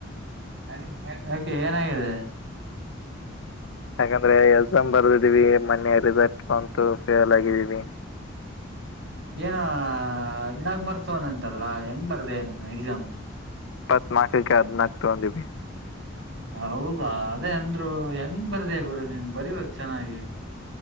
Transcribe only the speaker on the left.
ಯಾಕಂದ್ರೆ ಎಕ್ಸಾಮ್ ಬರ್ದಿದೀವಿ, ಮನ್ನೆ ರಿಸಲ್ಟ್ ಬಂತು ಫೇಲ್ ಆಗಿದ್ದೀವಿ.
ಇಪ್ಪತ್ನಾಲ್ಕಕ್ಕೆ ಹದ್ನಾಲ್ಕು ತಗಂದೀವಿ.